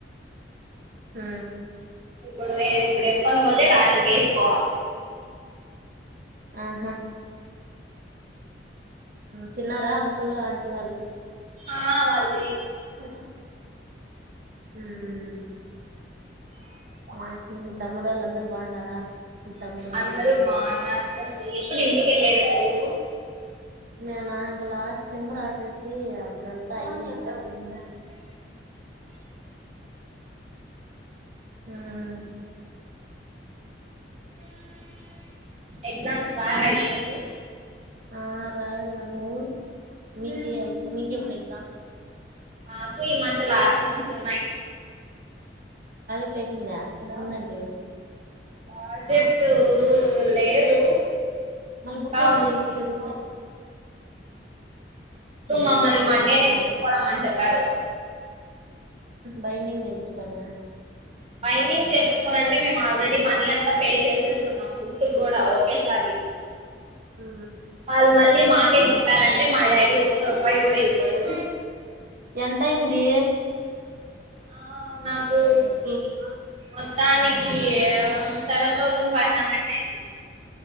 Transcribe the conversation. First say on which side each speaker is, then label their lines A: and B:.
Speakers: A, on the right; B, on the right.
A: హ
B: ఇప్పుడు ఇప్పుడు ఎప్పుని పోతే రాత్రికి వేసుకోవాలి
A: ఆహా తిన్నారా అంకుల్ ఆంటీ వాళ్ళు
B: ఆ వాళ్
A: <inaudible> హ్మ్ <unintelligible> మీ తమ్ముడోళ్ళందరూ బాగుండారా మీ తమ్ముడు మీ
B: అందరూ
A: పిన్ని కొడుకు
B: బాగున్నారు ప్రసి ఎప్పుడు ఇంటికెళ్ళలేదు నువ్వు
A: నేనా ఇంక లాస్ట్ సెమ్ రాసేసి అప్పుడెళ్తా అయిపోయినాక సెమ్. హ్మ్
B: ఎగ్జామ్స్ బాగా
A: ఆ
B: రాయి ప్రసి
A: ఆ రాయల నువ్వు మీకు ఎప్పుడు ఎగ్జామ్స్
B: మాకు ఈ మంత్ లాస్ట్ నుంచి ఉన్నాయి
A: ట్ అయిపోందా అలా ఉందంటంటివి
B: ప్రాజెక్ట్ లేదు
A: మళ్ళీ
B: ఇంకా
A: బుక్ ఎప్పుడు
B: ఉంది
A: చెపించేది బుక్
B: మమ్మల్ని
A: ఎప్పుడు చేపిస్తావ్
B: మండేనే తీసుకోరమ్మని చెప్పారు
A: బైడింగ్ మంచి పన
B: బైండింగ్ చేయించుకోనింటే మేము ఆల్రెడీ మనీ అంతా పే చేసేసి ఉన్నాం బుక్స్ కూడా ఒకేసారి
A: ఉ
B: వాళ్ళ మళ్ళీ మా చెప్పారంటే మా డాడీ ఒక్క రూపాయి కూడా ఇవ్వడు
A: ఎంతయింది
B: ఆ నాకు
A: బుక్కులకి
B: మొత్తానికి సెవెన్ థౌజండ్ ఫైవ్ హండ్రెడ్ అయింది